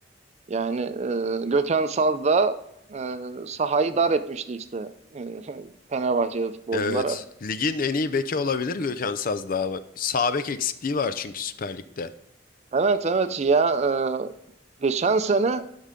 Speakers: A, on the right (about 40°); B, on the left (about 50°).
A: Yani e, Gökhan Saz da e, sahayı dar etmişti işte e, <laughs> Fenerbahçe futbolculara.
B: Evet. Ligin en iyi beki olabilir Gökhan Sazdağ. Sağ bek eksikliği var çünkü Süper Lig'de.
A: Evet evet ya e, geçen sene